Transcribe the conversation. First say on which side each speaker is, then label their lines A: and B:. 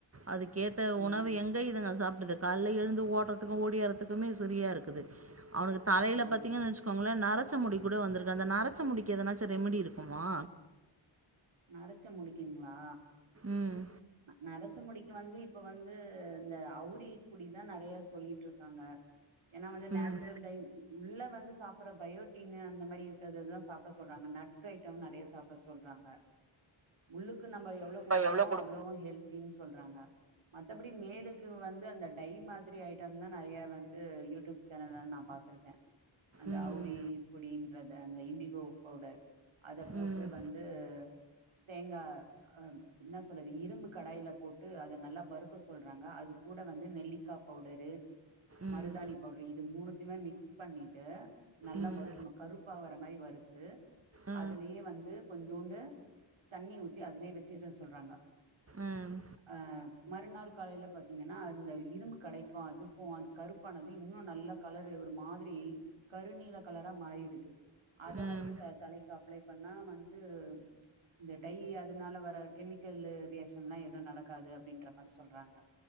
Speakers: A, on the right; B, on the right.
A: அதுக்கேத்த
B: ம்
A: உணவு எங்க இதுங்க சாப்டுது கால்ல எழுந்து ஓட்றதுக்கும் ஓடியாறதுக்குமே சரியா இருக்குது அவனுக்கு தலைல
B: ஆமா
A: பாத்தீங்கன்னு வச்சுக்கோங்களேன் நர ச்ச முடி கூட வந்ததுருக்கு அந்த நர ச்ச முடிக்கு எதனாச்சும் ரெமடி இருக்குமா
B: நரச்ச முடிக்குங்களா
A: ம்.
B: நரச்ச முடிக்கு வந்து இப்ப வந்து இந்த அவுரி குடிதான் நெறைய சொல்லிட்டுருக்காங்க ஏன்னா வந்து
A: ம்.
B: நேச்சுரல் டை உள்ள வந்து சாப்பற பயோட்டின்னு அந்த மாரி இருக்கற்ததான் சாப்ட சொல்றாங்க நட்ஸ் ஐட்டம் நெறைய சாப்ட சொல்றாங்க உள்ளுக் கு நம்ப எவ்ளோ
A: இப்ப
B: குடுக்குறோமோ
A: குடு
B: ளோவும் ஹெல்தின்னு சொல்றாங்க மத்தபடி மேலுக்கு வந்து அந்த டை மாதிரி ஐட்டம் தான் நெறைய வந்து யூடியூப் சேனல்ல நான் பாத்திருக்கேன் அந்த
A: ம்.
B: அவுரி இப்டி து அந்த இண்டிகோ பவுடர் அத போட்டு
A: ம்.
B: வந்து தேங்கா அஹ் நஷ் சொறது இரும்பு கடாயில போட்டு அத நல்லா வறுக்க சொல்றாங்க, அது கூட வந்து நெல்லிக்கா பவுடரு,
A: ம்.
B: மருதானி பவுடரு, இது மூணுத்தியுமே மிக்ஸ் பண்ணிட்டு நல்லா
A: ம்.
B: வறுக்கணும், கருப்பாகர மாரி வறுத்து,
A: அ.
B: அதுலியே வந்து கொஞ்சோண்டு தண்ணி ஊத்தி அதுலியே வச்சுற சொல்றாங்க.
A: அம்.
B: அஹ் மறுநாள் காலைல பாத்தீங்னா அந்த இரும்பு கடைக்கும், அதுக்கும் அது கருப்பானதும் இன்னும் நல்ல கலரு ஒரு மாதிரி கருநீல கலரா மாறிடுது. அத
A: அம்.
B: வந்து தலைக்கு அப்ளை பண்ணா வந்து இந்த டை அதனால வர கெமிக் கல்லு ரியாக்சன்லா எதும் நடக்காது அப்படின்றமாரி சொல்றாங்க,